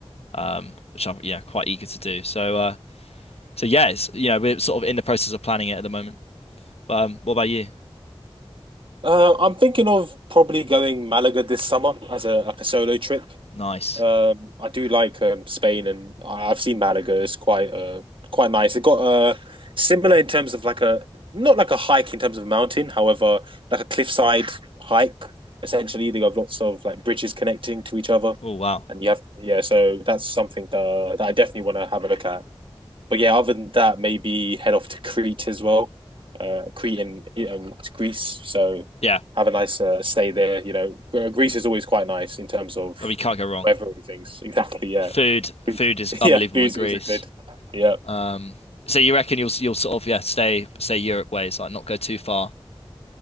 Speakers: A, on the left (about 85°); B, on the right (about 55°).
A: Um, which I'm yeah quite eager to do. So uh, so yeah, it's you know we're sort of in the process of planning it at the moment. Um, what about you?
B: Uh, I'm thinking of probably going Malaga this summer as a like a solo trip.
A: Nice.
B: Um, I do like um, Spain, and I- I've seen Malaga. It's quite uh quite nice. It got uh similar in terms of like a not like a hike in terms of a mountain, however, like a cliffside hike. Essentially, they have lots of like bridges connecting to each other.
A: Oh wow.
B: and you have yeah. So that's something that, that I definitely want to have a look at. But yeah, other than that, maybe head off to Crete as well. Uh, Crete and um, Greece, so
A: Yeah,
B: have a nice uh, stay there. You know, Greece is always quite nice in terms of
A: I mean can't go wrong.
B: weather and things. Exactly, yeah,
A: Food
B: <laughs>
A: food is unbelievable
B: yeah. Food's
A: in Greece.
B: also good. Yeah,
A: Um, so you reckon you'll you'll sort of yeah stay stay Europe ways, like not go too far.